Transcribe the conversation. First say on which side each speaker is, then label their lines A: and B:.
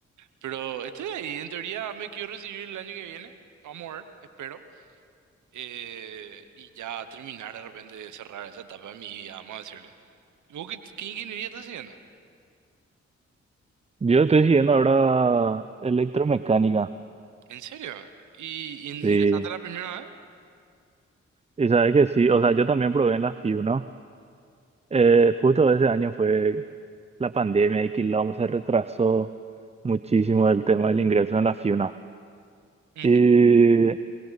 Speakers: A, on the right; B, on the right.
A: Pero estoy ahí, en teoría me quiero recibir el año que viene, vamos a ver, espero. Eh, y ya terminar de repente de cerrar esa etapa de mi vida, vamos a decirle. ¿Vos qué, qué ingeniería estás haciendo?
B: Yo estoy siguiendo ahora electromecánica.
A: ¿En serio? ¿Y, y
B: Sí.
A: ingresaste la primera vez?
B: Y sabes que sí. O sea, yo también probé en la FIU, ¿no? Eh, justo ese año fue la pandemia y quilombo se retrasó muchísimo el tema del ingreso en la FIUNA.
A: Ujú.
B: Y